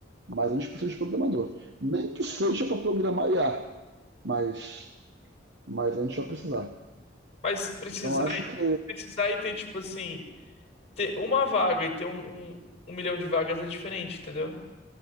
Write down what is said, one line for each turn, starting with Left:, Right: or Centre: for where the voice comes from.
Right: mais a gente precisa de programador. Nem que seja para programar IA, mas, mas a gente vai precisar.
Left: Mas precisar,
Right: Então acho que
Left: precisar e ter, tipo assim, ter uma vaga e ter um, um, um milhão de vagas é diferente, entendeu?